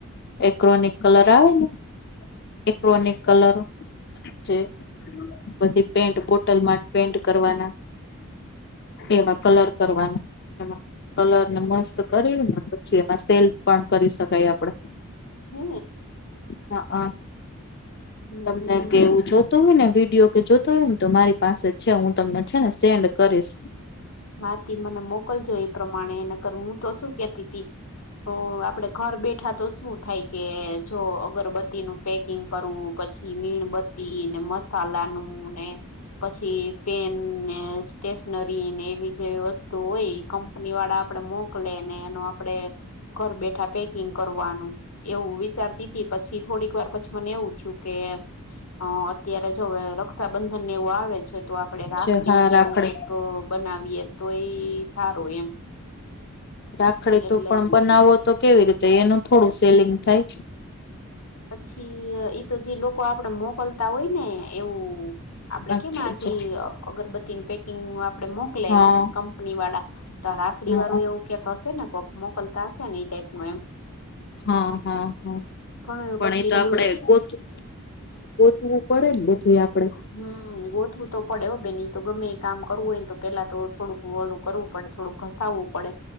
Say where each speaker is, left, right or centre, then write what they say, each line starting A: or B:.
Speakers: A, on the left; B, on the left.
A: એક્રોનિક કલર આવે ને, એક્રોનિક કલર જે બધી પેન્ટ બોટલમાં જ પેન્ટ કરવાના. એવા કલર કરવાનું એમાં. કલર ને મસ્ત કરીને પછી એમાં સેલ પણ કરી શકાય આપડ.
B: હે
A: હા,
B: હમ.
A: તમને કેવું જો તો હોય ને વિડીયો કે જોતો હોય ને, તો મારી પાસે છે હું તમને છે ને સેન્ડ કરીશ.
B: હાટી, મને મોકલજો એ પ્રમાણે એને કરવુ તો શું કે તી તી, તો આપડે ઘર બેઠા તો શું થાય કે, જો અગરબત્તીનું પેકિંગ કરવું પછી મીણબત્તી ને મસાલાનું ને પછી પેન ને સ્ટેશનરી ને. વિજય વસ્તુ હોય ઈ કંપની વાડા આપડે મોકલે ને એનો આપડે ઘર બેઠા પેકિંગ કરવાનું, એવું વિચારતી તી પછી થોડીક વાર પછી મને એવું છું કે, અ અત્યારે જો હવે રક્ષાબંધનને એવું આવે છે. તો આપડે રાખડી
A: છે હા
B: કે
A: રાખડી
B: એવું કઈક બનાવીએ, તો ઈ સારું એમ.
A: રાખડી
B: એટલે
A: તો પણ બનાવો તો કેવી રીતે એનું થોડું સેલિંગ થાય?
B: પછી ઈતો જે લોકો આપડે મોકલતા હોય ને એવું. આપડે
A: અચ્છા
B: કેમ આજે અગરબત્તી નું પેકિંગનું આપડે મોકલાઈવી
A: હા
B: કંપની વાળા. ત રાખડી
A: હા
B: વાળું
A: હા
B: એવું ક્યાંક હશે ને કોક મોકલતા હશે ને એ ટાઈપ નું એમ.
A: હ હ હ.
B: ઘણું
A: પણ
B: પછી
A: એ તો
B: રૂલ
A: આપડે ગોત ગોતવું પડે ને બધું એ આપડે.
B: હા ગોત તો પડે હો બેન ઈતો ગમે ઈ કામ કરવું હોય ને તો પેલા તો થોડુંક ઓલું કરવું પડે થોડુંક ઘસાવવું પડે.